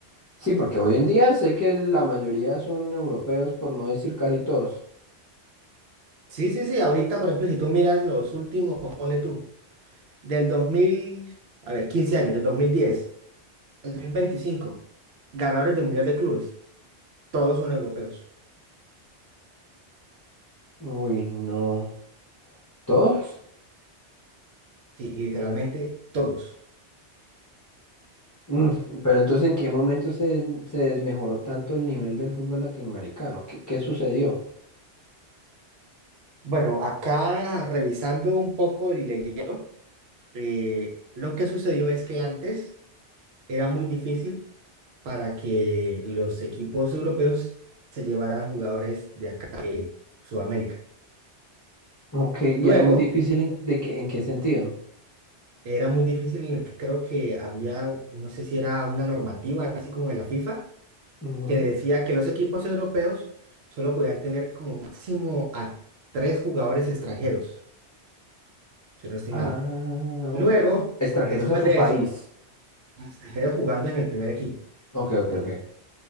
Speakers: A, on the left; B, on the right.
A: sí, porque hoy en día sé que la mayoría son europeos, por no decir casi todos.
B: Sí, sí, sí. Ahorita, por ejemplo, si tú miras los últimos, ponle tú, del dos mil a ver, 15 años, del 2010 25 ganadores de Mundial de Clubes, todos son europeos.
A: Uy, no. ¿Todos?
B: Sí, literalmente todos.
A: Mm, pero entonces, ¿en qué momento se, des- se desmejoró tanto el nivel del fútbol latinoamericano? ¿Qué, qué sucedió?
B: Bueno, acá revisando un poco y leyendo, eh, lo que sucedió es que antes era muy difícil para que los equipos europeos se llevaran jugadores de acá de Sudamérica.
A: Ok, y
B: Luego
A: era muy difícil en, de que, ¿en qué sentido?
B: era muy difícil en el que creo que había, no sé si era una normativa así como de la FIFA
A: Ujú.
B: que decía que los equipos europeos solo podían tener como máximo a tres jugadores extranjeros, si no estoy
A: Ah,
B: mal.
A: ok.
B: Luego,
A: Extranjeros
B: después
A: a su
B: de
A: país.
B: eso, extranjeros jugando en el primer equipo.
A: Ok, ok,
B: Sí,
A: ok.